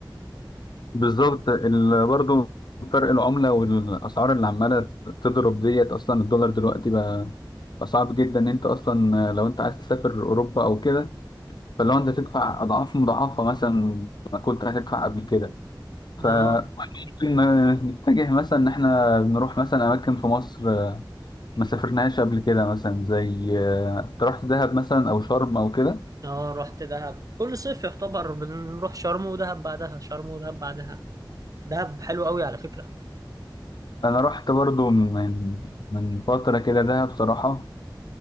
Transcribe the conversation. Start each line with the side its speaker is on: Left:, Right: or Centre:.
Left: بالظبط ال- برضه فرق العملة والأسعار اللي عمالة تضرب ديت أصلا الدولار دلوقتي بقى بقى صعب جدا إن أنت أصلا لو أنت عايز تسافر أوروبا أو كده فلو أنت تدفع أضعاف مضاعفة مثلا ما كنت هتدفع قبل كده فممكن
Right: اه
Left: نتجه مثلا إن إحنا نروح مثلا أماكن في مصر ما سافرناهاش قبل كده مثلا زي أنت رحت دهب مثلا أو شرم أو كده
Right: اه رحت دهب كل صيف يعتبر بنروح شرم ودهب بعدها شرم ودهب بعدها دهب حلو قوي على فكرة
Left: أنا رحت برضه من من فترة كده دهب بصراحة